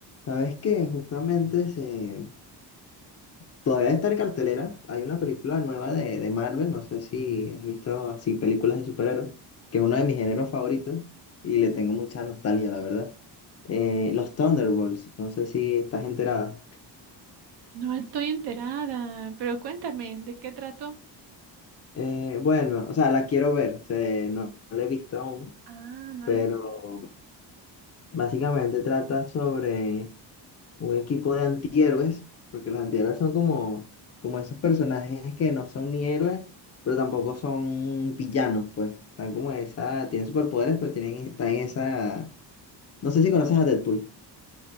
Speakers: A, on the left; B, on the right.
A: Sabes que justamente se... todavía está en cartelera. Hay una película nueva de, de Marvel. No sé si has visto así películas de superhéroes, que es uno de mis géneros favoritos y le tengo mucha nostalgia, la verdad. Eh, los Thunderbolts. No sé si estás enterada.
B: No estoy enterada, pero cuéntame, ¿de qué trató?
A: Eh, bueno, o sea, la quiero ver. se- no, no la he visto aún,
B: Ah, no
A: pero
B: la sí.
A: básicamente trata sobre un equipo de antihéroes, porque los antihéroes son como, como esos personajes que no son ni héroes, pero tampoco son villanos, pues. Están como en esa, tienen superpoderes, pero tienen, están en esa. No sé si conoces a Deadpool.